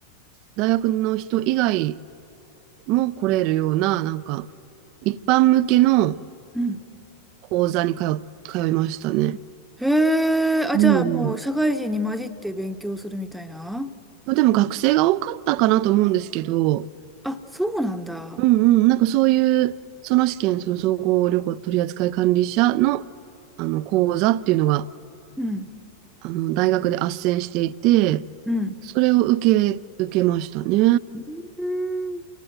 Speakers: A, on the right; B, in the centre.
A: 大学の人以外も来れるような、なんか、一般向けの
B: うん。
A: 講座に通、通いましたね。
B: へえ。あ、
A: うん
B: じゃあもう社会人に混じって勉強するみたいな
A: うん。でも学生が多かったかなと思うんですけど、
B: あ、そうなんだ。
A: うんうん、なんかそういう、その試験、その総合旅行取扱管理者の、あの講座っていうのが
B: うん。
A: あの、大学で斡旋していて、
B: うん。
A: それを受け、受けましたね。
B: うーん